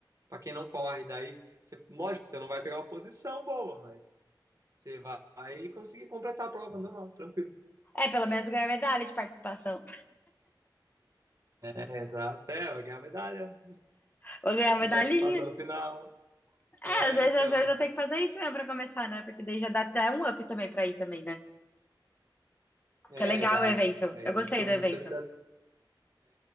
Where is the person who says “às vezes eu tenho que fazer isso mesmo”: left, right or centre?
Left